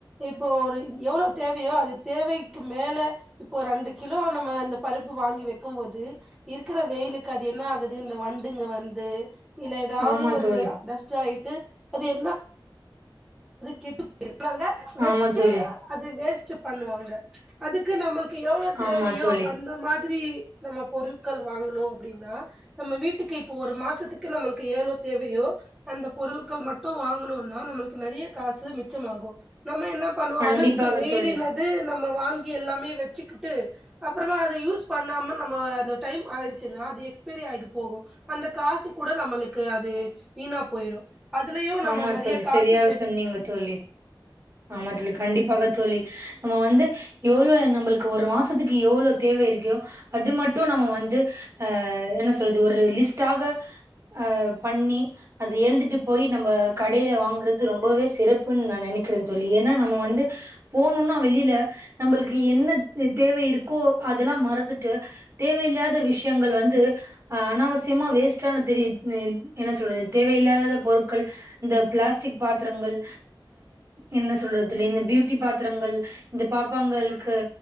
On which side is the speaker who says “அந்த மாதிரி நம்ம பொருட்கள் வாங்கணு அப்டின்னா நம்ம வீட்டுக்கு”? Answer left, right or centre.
Centre